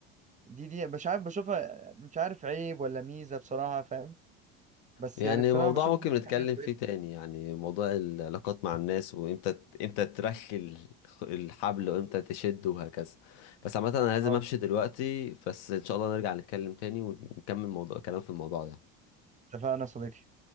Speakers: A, on the right; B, on the left.
A: دي دي مش عارف بشوفها مش عارف عيب ولا ميزة بصراحة فاهم بس
B: يعني
A: يعني بصراحة
B: موضوع
A: بشوف
B: ممكن
A: إن
B: نتكلم
A: دي حاجة
B: فيه
A: كويسة
B: تاني يعني موضوع العلاقات مع الناس وامتى ت- امتى ترخي الخ- الحبل وامتى تشد وهكذا بس عامة انا لازم
A: اه
B: امشي دلوقتي بس ان شاء الله نرجع نتكلم تاني ونكمل موضوع كلام في الموضوع ده
A: اتفقنا يا صديقي